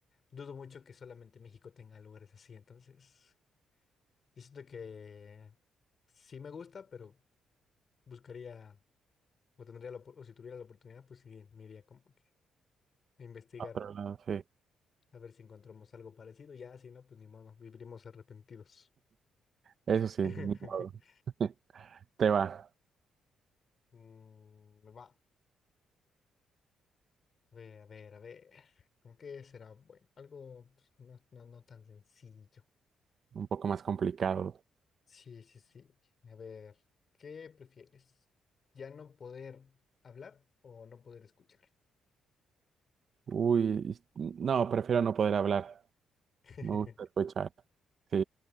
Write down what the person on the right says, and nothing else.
Otro lado, sí.
Eso sí,
ni modo. <laughs> Te va.
Un poco más complicado.
Uy, es- no, prefiero no poder hablar.
Me gusta escuchar. Sí,